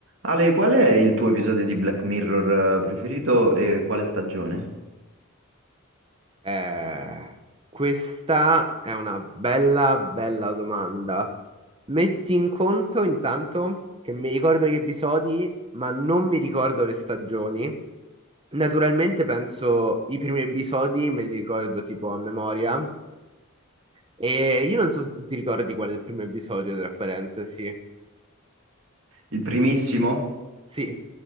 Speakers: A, on the right (about 65°); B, on the right (about 25°).
A: Ale, qual è il tuo episodio di Black Mirror eh, preferito e quale stagione?
B: Eh, questa è una bella, bella domanda. Metti in conto intanto che mi ricordo gli episodi, ma non mi ricordo le stagioni. Naturalmente penso i primi episodi, me li ricordo tipo a memoria. E io non so se tu ti ricordi qual è il primo episodio, tra parentesi.
A: Il primissimo
B: Sì,